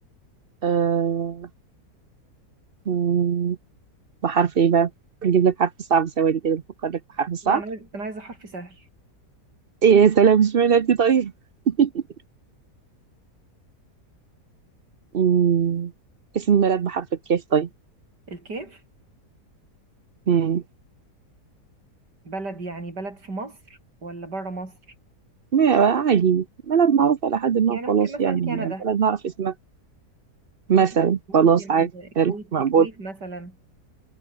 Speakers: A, on the right; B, on the right.
A: آه... مم، بحرف ايه بقى نجيب لك حرف صعب ثواني كده بفكر لك بحرف صعب
B: لا انا عايز- انا عايزة حرف سهل
A: ايه يا سلام مش بلدي طيب <laughs> مم، اسم بلد بحرف الكاف طيب
B: الكاف
A: مم،
B: بلد يعني بلد في مصر ولا بره مصر
A: ما بقى عادي بلد معروفة لحد ما
B: يعني ممكن
A: خلاص
B: مثلا
A: يعني
B: كندا
A: بلد نعرف اسمها مثلا
B: مم- ممكن
A: خلاص عادي
B: الكويت
A: حلو مقبول
B: الكويت مثلا